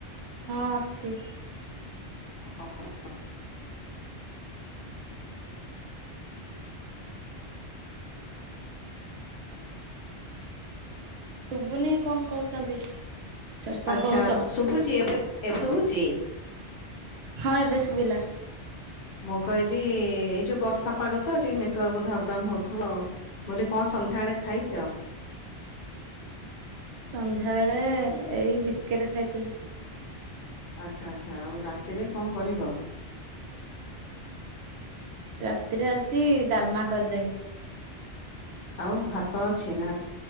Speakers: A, on the right; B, on the left.
A: ହଁ ଅଛି।
B: <inaudible>
A: ଶୁବୁନି କଣ କହୁଛନ୍ତି। ସରି କଣ
B: ଆଚ୍ଛା
A: କହୁଛ?
B: ଶୁଭୁଛି ଏବେ ଶୁଭୁଛି।
A: ହଁ ଏବେ ଶୁଭିଲା।
B: ମୁଁ କହିଲି ଏଇ ଯୋଉ ବର୍ଷା ପାଗ ତ ଟିକେ ନେଟୱାର୍କ ବୋଧେ ଅପଡାଉନ ହଉଥିବ ଆଉ। <unintelligible> କଣ ସନ୍ଧ୍ୟାବେଳେ ଖାଇଛ?
A: ସନ୍ଧ୍ୟାବେଳେ ଏଇ ବସ୍କେଟ୍ ଖାଇଥିଲି।
B: ଆଚ୍ଛା ଆଚ୍ଛା ଆଉ ରାତିରେ କଣ କରିବ?
A: ରାତିରେ ଆଜି ଡାଲମା କରିଦେବି।
B: ଆଉ ଭାତ ଅଛି ନା